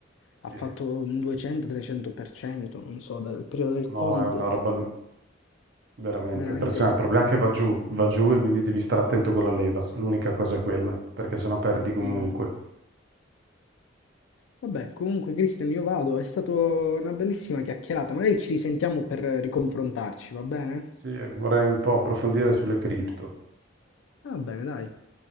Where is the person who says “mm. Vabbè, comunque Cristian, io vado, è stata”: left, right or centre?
Left